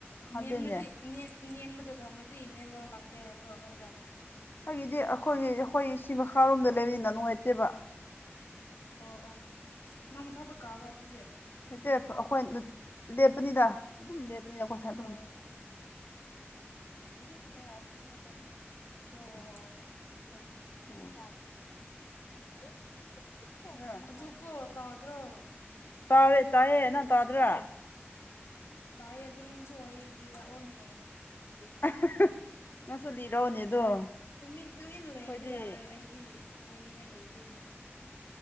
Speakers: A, on the left (about 50°); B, on the left (about 75°).
A: ꯐꯝꯗꯦꯅꯦ
B: ꯅꯦꯝꯃꯗꯤ ꯅꯦꯝ ꯅꯦꯝꯕꯗ ꯊꯝꯔꯗꯤ ꯅꯦꯠꯋꯥ ꯂꯥꯛꯇꯦ ꯍꯥꯏꯕ꯭ꯔꯣ ꯅꯣꯏꯗ
A: ꯑꯩꯒꯤꯗꯤ ꯑꯈꯣꯏꯒꯤ ꯑꯈꯣꯏ ꯁꯤ ꯃꯈꯥꯔꯣꯝꯗ ꯂꯩꯕꯅꯤꯅ ꯅꯨꯡꯉꯥꯏꯇꯦꯕ
B: ꯑꯣ ꯑꯣ ꯅꯪ ꯃꯊꯛꯇ ꯀꯥꯔꯣ ꯑꯗꯨꯗꯤ
A: ꯅꯠꯇꯦꯄ ꯑꯩꯈꯣꯏꯅ ꯂꯦꯞꯄꯅꯤꯗ ꯑꯗꯨꯝ ꯂꯦꯞꯄꯅꯤꯅ ꯑꯩꯈꯣꯏ ꯊꯥꯏꯞ
B: ꯑꯣ
A: <unintelligible>
B: ꯑꯣ
A: <unintelligible>
B: ꯑꯗꯨꯀꯣ ꯇꯥꯗ꯭ꯔꯣ
A: ꯇꯥꯏꯌꯦ ꯇꯥꯌꯦ ꯅꯪ ꯇꯥꯗ꯭ꯔ
B: ꯇꯥꯏꯌꯦ ꯑꯗꯨ ꯅꯪꯁꯨ ꯋꯥꯔꯤ ꯂꯤꯔꯛꯑꯣꯅꯦ꯫
A: <unintelligible> ꯅꯪꯁꯨ ꯂꯤꯔꯛꯑꯣꯅꯦ ꯑꯗꯣ ꯑꯩꯈꯣꯏꯗꯤ꯫
B: ꯇꯨꯃꯤꯟ ꯇꯨꯃꯤꯟꯅ ꯂꯩꯔꯗꯤ ꯌꯥꯔꯣꯏ ꯑꯩꯗꯤ ꯍꯥꯏꯅꯤꯡꯉꯥꯏ ꯂꯩꯇꯦꯅꯦ